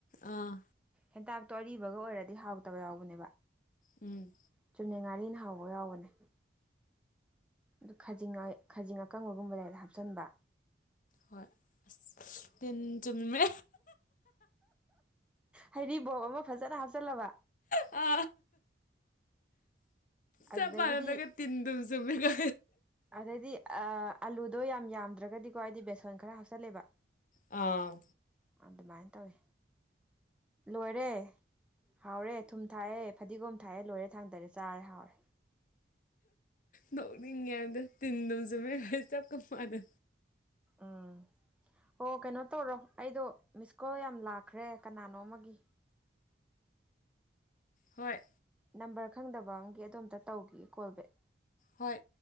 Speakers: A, on the left; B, in the centre.
A: ꯑꯥ
B: ꯍꯦꯟꯇꯥꯛꯇꯣ ꯑꯔꯤꯕꯒ ꯑꯣꯏꯔꯗꯤ ꯍꯥꯎꯇꯕ ꯌꯥꯎꯕꯅꯦꯕ
A: ꯎꯝ
B: ꯆꯨꯝꯅ ꯉꯥꯔꯤꯅ ꯍꯥꯎꯕ ꯌꯥꯎꯕꯅꯦ ꯑꯗꯨ ꯈꯖꯤꯡ- ꯈꯖꯤꯡ ꯑꯀꯪꯕꯒꯨꯝꯕ ꯂꯩꯔ ꯍꯥꯞꯆꯤꯟꯕ
A: ꯍꯣꯏ ꯑꯁ ꯇꯤꯟ ꯆꯨꯝꯃꯦ
B: ꯍꯥꯔꯤꯕꯣꯞ ꯑꯃ ꯐꯖꯅ ꯍꯥꯞꯆꯤꯜꯂꯕ
A: ꯑ
B: ꯑꯗꯨꯗꯒꯤꯗꯤ
A: ꯆꯞ ꯃꯥꯟꯅꯗꯒ ꯇꯤꯟꯗꯨꯝ ꯆꯨꯝꯃꯦꯒ
B: ꯑꯗꯩꯗꯤ ꯑꯂꯨꯗꯣ ꯌꯥꯝ ꯌꯥꯝꯗ꯭ꯔꯒꯗꯤꯀꯣ ꯑꯩꯗꯤ ꯕꯦꯁꯣꯟ ꯈꯔ ꯍꯥꯞꯆꯜꯂꯦꯕ
A: ꯑ
B: ꯑꯗꯨꯃꯥꯏꯅ ꯇꯧꯋꯤ ꯂꯣꯏꯔꯦ ꯍꯥꯎꯔꯦ ꯊꯨꯝ ꯊꯥꯏꯑ ꯐꯗꯤꯒꯣꯝ ꯊꯥꯏꯑꯌꯦ ꯂꯣꯏꯔꯦ ꯊꯥꯡꯗꯔꯦ ꯆꯥꯔꯦ ꯍꯥꯎꯔꯦ
A: ꯅꯣꯛꯅꯤꯡꯉꯦꯗꯣ ꯇꯤꯟꯗꯝ ꯆꯨꯃꯦ ꯆꯞꯀꯞ ꯃꯥꯟꯅ
B: ꯎꯝ ꯑꯣ ꯀꯩꯅꯣ ꯇꯧꯔꯣ ꯑꯩꯗꯣ ꯃꯤꯁ ꯀꯣꯜ ꯌꯥꯝ ꯂꯥꯛꯈ꯭ꯔꯦ ꯀꯅꯥꯅꯣ ꯑꯃꯒꯤ
A: ꯍꯣꯏ
B: ꯅꯝꯕꯔ ꯈꯪꯗꯕ ꯑꯃꯒꯤ ꯑꯗꯣꯝꯇ ꯇꯧꯒꯦ ꯀꯣꯜ ꯕꯦꯛ
A: ꯍꯣꯏ